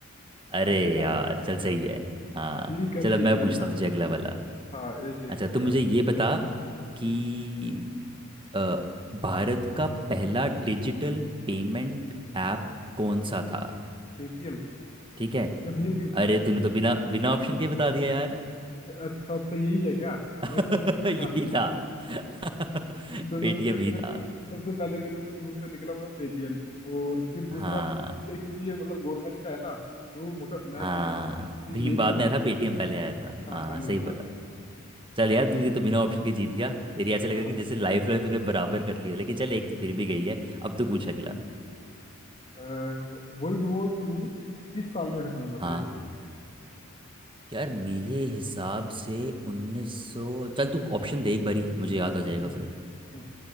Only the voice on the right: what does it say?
अरे
यार चल सही है हाँ
चल
अब मैं
पूछता
हूँ तुझे अगला वाला
अच्छा
तुम
मुझे
ये
बता कि
अ, भारत का पहला डिजिटल पेमेंट ऐप कौन सा था
ठीक है
अरे तूने तो बिना बिना ऑप्शन के बता दिया यार
<laughs>
यही
था <laughs>
पेटीएम
ही
था
हाँ
हाँ
भीम
बाद
में आया था पेटीएम
पहले आया था
हाँ
सही बोला
चल यार
तू ये तो
बिना ऑप्शन के जीत गया तेरी ऐसे लग
रहा है
कि जैसे लाइफ लाइन तूने बराबर कर ली हो लेकिन चल एक तो फिर भी गई है अब तू पूछ अगला
हाँ
यार मेरे
हिसाब से 1900 चल तू ऑप्शन दे एक बारी मुझे याद आ जाएगा
फिर